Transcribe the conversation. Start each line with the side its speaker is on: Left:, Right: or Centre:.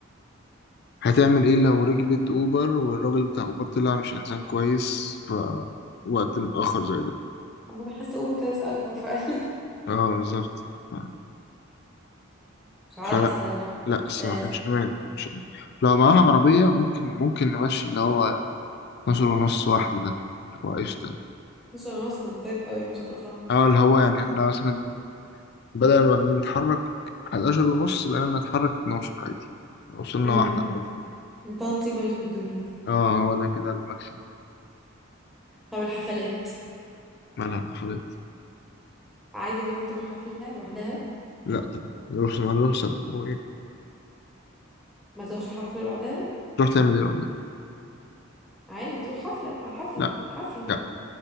Left: هتعمل إيه لو ركبت أوبر والراجل بتاع أوبر طلع مش إنسان كويس ف وقت متأخر زي ده
Centre: اما انا حاسة اوبر كارثة اكبر فعلا <laughs>
Left: اه بالظبط ف-
Centre: مش عارفة
Left: فلا
Centre: الصراحة
Left: لا الصراحة
Centre: بس
Left: مش أمان مش أمان. لو معاها عربية ممكن ممكن نمشي اللي هو 12 ونص واحدة ده اللي هو قشطة
Centre: 12 ونص ده طيب قوي ما شاء الله
Left: اه اللي هو يعني احنا مثلا بدل ما بنتحرك 11 ونص بقينا نتحرك 12 عادي لو وصلنا
Centre: امم
Left: واحدة عادي
Centre: ده الطيبة اللي في الدنيا
Left: اه هو ده كده الماكسيم
Centre: طب الحفلات
Left: مالها الحفلات
Centre: عادي مثلا تروح حفلة لوحدها
Left: لا طبعا نروح ما نروح سوا هو ايه ده؟
Centre: ما تروحش حفلة لوحدها
Left: تروح تعمل ايه لوحدك
Centre: عادي تروح حفلة حفلة
Left: لا
Centre: حفلة
Left: لا